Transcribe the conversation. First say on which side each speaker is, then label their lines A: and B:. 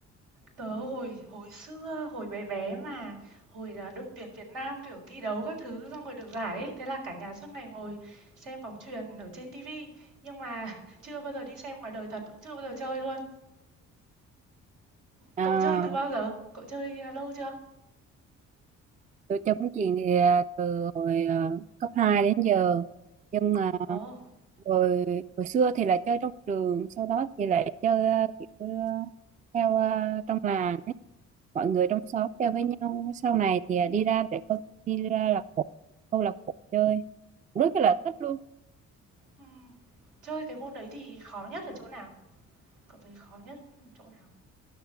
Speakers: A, on the right; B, on the right.
A: Tớ hồi hồi xưa, hồi bé bé mà, hồi là đội tuyển Việt Nam, kiểu, thi đấu các thứ xong rồi được giải ấy, thế là cả nhà suốt ngày ngồi xem bóng chuyền ở trên ti nhưng mà <laughs> chưa bao giờ đi xem ngoài đời thật, cũng chưa bao giờ chơi luôn.
B: à,
A: Cậu chơi từ bao giờ? Cậu chơi, a, lâu chưa?
B: tôi chơi bóng chuyền thì à, từ hồi à, cấp 2 đến giờ nhưng mà
A: Ồ,
B: hồi hồi xưa thì là chơi trong trường sau đó thì lại chơi à, kiểu à, theo à, trong làng ấy. mọi người trong xóm chơi với nhau sau này thì à, đi ra để câu, đi ra là câu lạc bộ chơi rất là
A: ừm,
B: thích luôn
A: ừm. Chơi cái môn đấy thì khó nhất ở chỗ nào? Cậu thấy khó nhất, chỗ nào?